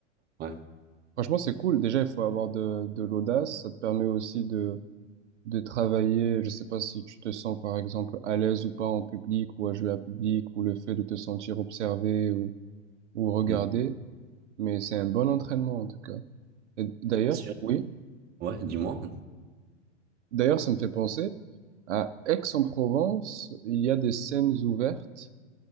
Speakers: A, on the right; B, on the right.
A: ouais.
B: Franchement, c'est cool. Déjà, il faut avoir de, de l'audace. Ça te permet aussi de de travailler, je sais pas si tu te sens par exemple à l'aise ou pas en public ou à jouer à public ou le fait de te sentir observé ou, ou regardé,
A: Mm.
B: mais c'est un bon entraînement en tout cas. Et d'ailleurs,
A: Sûr.
B: oui,
A: Ouais, dis-moi.
B: d'ailleurs ça me fait penser à Aix-en-Provence, il y a des scènes ouvertes,